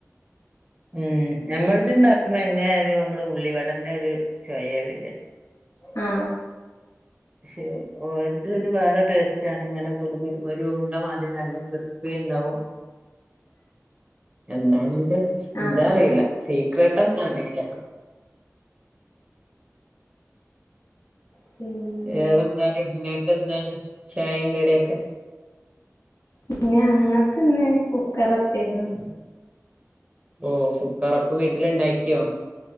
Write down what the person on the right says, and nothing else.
ഉം ഞമ്മളത് ഇണ്ടാക്കുമ്പോ എങ്ങനാലും നമ്മള് ഉള്ളി വടണ്ട ഒരു ചൊയേ വര
ശെ ഓലാത വേറെ ടേസ്റ്റ് ആണ് ഇങ്ങനെ കു ഒരു ഒരു ഉണ്ടമാതിരി നല്ല ക്രിസ്പി ണ്ടാവും. എന്താണില്
ഇതറിയില്ല സീക്രട്ട എന്ത അറിയില്ല.
വേറെ എന്താണ് ഇങ്ങൊക്കെ എന്താണ് ചായ കടിയൊകെ
ഓ കുക്കറൊപ്പ വീട്ടില ഉണ്ടാക്കിയോ?